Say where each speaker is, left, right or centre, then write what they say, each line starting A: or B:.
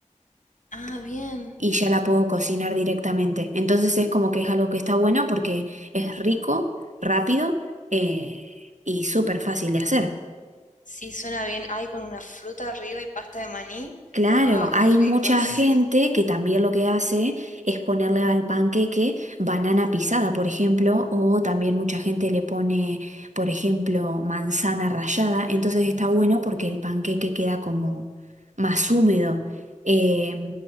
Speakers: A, on the left; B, on the right.
A: Ah, bien.
B: Y ya la puedo cocinar directamente. Entonces es como que es algo que está bueno porque es rico, rápido eh, y súper fácil de hacer.
A: Sí, suena bien. Ay, con una fruta arriba y pasta de maní.
B: Claro,
A: Ay,
B: hay
A: qué rico,
B: mucha
A: sí.
B: gente que también lo que hace es ponerle al panqueque banana pisada, por ejemplo, o también mucha gente le pone, por ejemplo, manzana rallada. Entonces está bueno porque el panqueque queda como más húmedo. Eh,